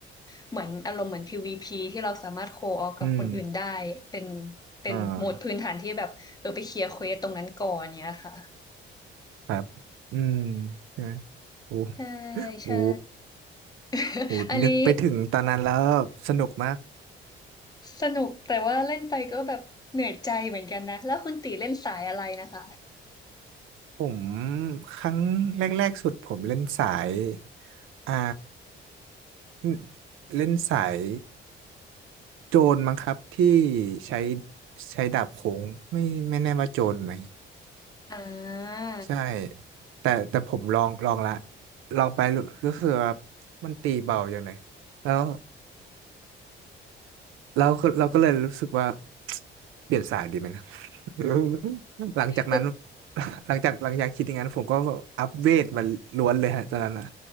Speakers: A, on the left; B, on the right.
A: เหมือนอารมณ์เหมือน PVP ที่เราสามารถโคออกับคนอื่นได้เป็น
B: อืม
A: เป็นโหมดพื้นฐานที่แบบเออไปเคลียร์เควสตรงนั้นก่อนเนี้ยค่ะ
B: อ่าครับอืมนะโอ้โห
A: ใช่
B: โอ้
A: ใช่ <laughs>
B: โหนึกไปถึงตอนนั้นแล้วสนุกมาก
A: อันนี้ สนุกแต่ว่าเล่นไปก็แบบเหนื่อยใจเหมือนกันนะแล้วคุณตีเล่นสายอะไรนะคะ
B: ผมครั้งแรกๆสุดผมเล่นสายอ่าเล่นเล่นสายโจรมั้งครับที่ใช้ใช้ดาบโขงไม่ไม่แน่ว่าโจรไหม
A: อ่า
B: ใช่แต่แต่ผมลองลองละลองไปรู้รู้สึกว่ามันตีเบาอย่างเลยแล้วแล้วก็เราก็เลยรู้สึกว่า <tsk> เปลี่ยนสายดีไหมนะ <laughs> หลังจากนั้น
A: <laughs>
B: <laughs> หลังจากหลังจากคิดอย่างนั้นผมก็แบบอัพเวทมาล้วนเลยฮะตอนนั้นอ่ะ